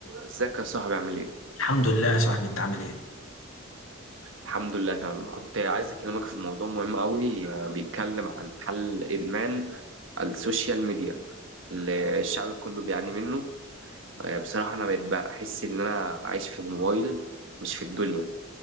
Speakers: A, on the right; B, on the left.
A: ازيك يا صاحبي عامل ايه؟
B: الحمد لله يا صاحبي انت عامل ايه
A: الحمد لله تمام كنت عايز اكلمك في موضوع مهم قوي آه، بيتكلم عن حل ادمان السوشيال ميديا اللي الشعب كله بيعاني منه آه، بصراحة انا بقيت بحس ان انا عايش في الموبايل مش في الدنيا